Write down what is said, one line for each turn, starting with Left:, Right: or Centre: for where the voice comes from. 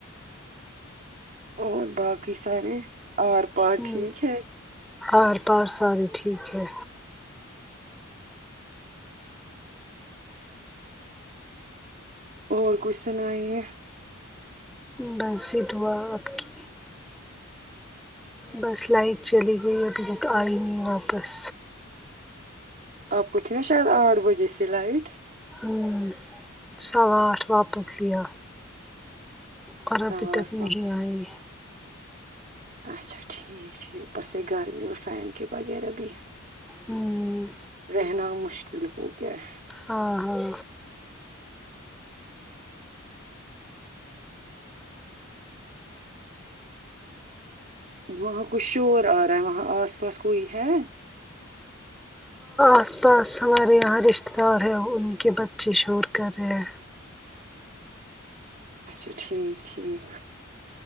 Right: اور باقی سارے آر پار
Centre: ہوں
Right: ٹھیک ہے
Centre: ار پار سارے ٹھیک ہے
Right: اور کچھ سنائیے
Centre: بس سٹ ہوا اپ کی بس لائٹ چلی گئی ابھی تک ائی نہیں واپس
Right: اپ کو تھی نا شاید اٹھ بجے سے لائٹ
Centre: ہاں سواٹھ واپس لیا اور ابھی
Right: سوا
Centre: تک
Right: آٹھ واپ،
Centre: نہیں ائی
Right: اچا ٹھیک ہی اوپر سے گرمی اور فین کی بقیر ابھی
Centre: ہوں
Right: رہنا مشکل ہو گیا ہے
Centre: ہاں ہاں
Right: وہاں کچھ شور ا رہا ہے وہاں اس پاس کوئی ہے
Centre: اس پاس ہمارے یہاں رشتے دار ہیں ان کے بچے شور کر رہے ہیں
Right: اچھا ٹھیک ٹھیک